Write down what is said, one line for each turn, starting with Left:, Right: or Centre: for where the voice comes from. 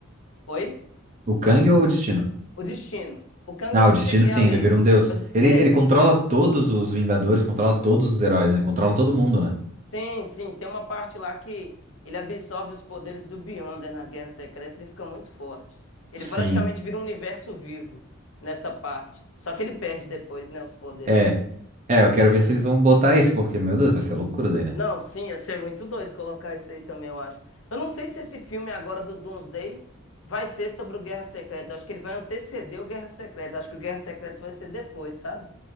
Left: Oi?
Right: O Kang ou o Destino?
Left: O Destino. O Kang
Right: Ah,
Left: eu não
Right: o Destino
Left: cheguei
Right: sim,
Left: a ler.
Right: ele vira um deus.
Left: Mas
Right: Ele,
Left: é,
Right: ele controla todos os Vingadores, controla todos os heróis, né? Ele controla todo mundo, né?
Left: sim, sim, tem uma parte lá que ele absorve os poderes do Beyonder na Guerra Secretas e fica muito forte. Ele
Right: Sim.
Left: praticamente vira um universo vivo nessa parte. Só que ele perde depois, né, os poderes.
Right: É. É, eu quero ver se eles vão botar isso, porque, meu Deus, vai ser loucura daí, né?
Left: Não, sim, ia ser muito doido colocar isso aí também, eu acho. Eu não sei se esse filme agora do Doomsday vai ser sobre o Guerra Secreta. Eu acho que ele vai anteceder o Guerra Secreta. Eu Acho que o Guerra Secreta vai ser depois, sabe?